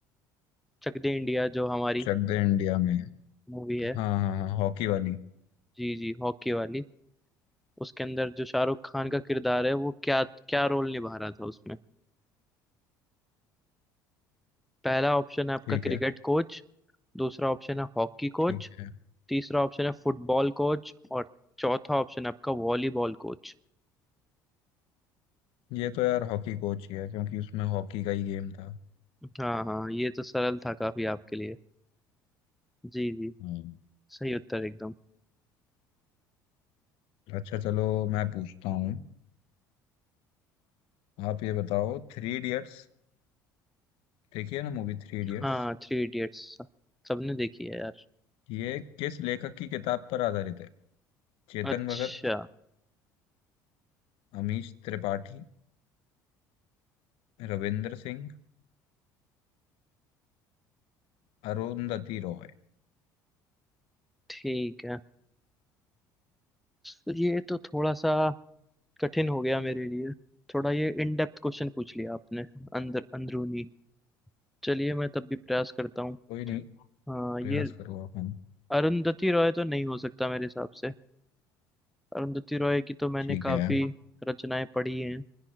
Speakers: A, in the centre; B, on the left.
A: चक दे इंडिया जो हमारी
B: चक दे इंडिया में
A: मूवी है
B: हाँ हाँ हाँ हॉकी वाली
A: जी जी हॉकी वाली उसके अंदर जो शाहरुख खान का किरदार है वो क्या क्या रोल निभा रहा था उसमें पहला ऑप्शन है आपका
B: ठीक
A: क्रिकेट
B: है
A: कोच दूसरा ऑप्शन है हॉकी कोच
B: ठीक है
A: तीसरा ऑप्शन है फुटबॉल कोच और चौथा ऑप्शन है आपका वॉलीबॉल कोच
B: ये तो यार हॉकी कोच ही है क्योंकि उसमें हॉकी का ही गेम था
A: हाँ हाँ ये तो सरल था काफी आपके लिए जी जी
B: हम्म
A: सही उत्तर एकदम
B: अच्छा चलो मैं पूछता हूँ आप ये बताओ थ्री इडियट्स देखिए ना मूवी थ्री इडियट्स
A: हाँ थ्री इडियट्स सबने देखी है यार
B: ये किस लेखक की किताब पर आधारित है चेतन
A: अच्छा
B: भगत अमीश त्रिपाठी रविंद्र सिंह अरुंधति रॉय
A: ठीक है तो ये तो थोड़ा सा कठिन हो गया मेरे लिए थोड़ा ये इन डेप्थ क्वेश्चन पूछ लिया आपने अंदर अंदरूनी चलिए मैं तब भी प्रयास करता हूँ
B: कोई नहीं
A: हाँ
B: प्रयास
A: ये
B: करो आप हम
A: अरुंधति रॉय तो नहीं हो सकता मेरे हिसाब से अरुंधति रॉय की तो मैंने
B: ठीक
A: काफी
B: है
A: रचनाएं पढ़ी हैं